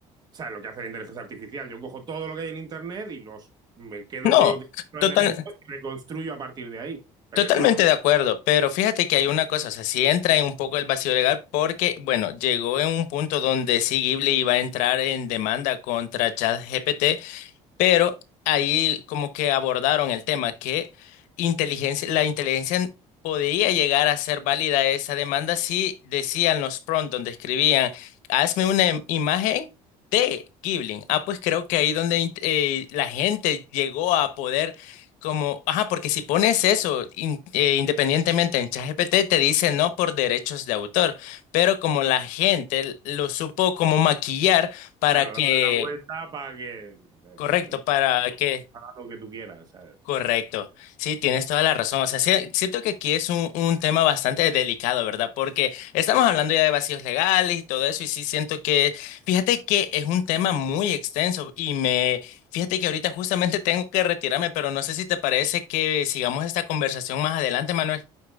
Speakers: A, on the right; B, on the left.
A: ¿sabes? Lo que hace la inteligencia artificial, yo cojo todo lo que hay en Internet y los, me quedo
B: no,
A: con los distintos
B: total,
A: elementos y reconstruyo a partir de ahí. Pero
B: totalmente
A: eso aún,
B: de acuerdo, pero fíjate que hay una cosa, o sea, sí entra en un poco el vacío legal porque, bueno, llegó en un punto donde sí Ghibli iba a entrar en demanda contra ChatGPT Pero ahí como que abordaron el tema que inteligencia, la inteligencia podía llegar a ser válida esa demanda si decían los prompts donde escribían, hazme una im- imagen de Ghibli. Ah, pues creo que ahí donde int- eh, la gente llegó a poder como, ajá, porque si pones eso in- eh, independientemente en ChatGPT te dice no por derechos de autor, pero como la gente lo supo como maquillar para
A: claro,
B: que,
A: darle la vuelta para que el, el,
B: correcto,
A: el-
B: para que
A: lo que tú quieras, ¿sabes?
B: Correcto, sí, tienes toda la razón. O sea, sie- siento que aquí es un, un tema bastante delicado, ¿verdad? Porque estamos hablando ya de vacíos legales y todo eso, y sí siento que, fíjate que es un tema muy extenso y me, fíjate que ahorita justamente <laughs> tengo que retirarme, pero no sé si te parece que sigamos esta conversación más adelante, Manuel.